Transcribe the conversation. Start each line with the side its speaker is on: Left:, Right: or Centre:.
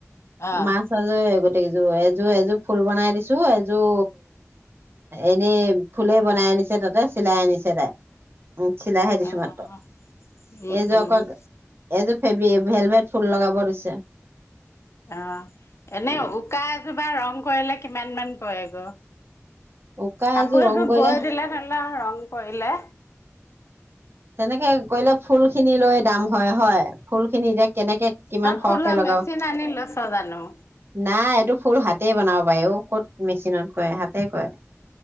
Left: অ',
Right: মাছ আাজৰে গ কযোৰ এযোৰ এযোৰ ফুল বনাই দিছো এযোৰ এনেই ফুলেই বনাই আনিছে তাতে চিলাই আনিছে তাই। উম, চিলাইহে দিছো
Left: অ',
Right: মাত্ৰ।
Left: উম,
Right: এইযোৰ
Left: উম,
Right: আকৌ
Left: উম।
Right: এইযোৰ ফেবিয়ে ভেলভেট ফুল লগাব দিছে।
Left: অ এনে
Right: উম
Left: উকা এযোৰত কা ৰং কৰিলে কিমান মান পৰিব।
Right: উকা
Left: কাপোৰযোৰ
Right: এযোৰ ৰং কৰিলে
Left: বৈ দিলে ভাল আৰু ন কৰিলে।
Right: তেনেকে কৰিলে ফুলখিনি লৈ দাম হয়, হয়। ফুল খিনি এতিয়া কেনেকে কিমান
Left: তই
Right: সৰহকে
Left: ফুলৰ
Right: লগাব
Left: মেচিন আনি লৈছ জানো?
Right: নাই এইটো ফুল হাতেই বনাব পাৰি অ ক'ত মেচিনত কয় হাতে কয়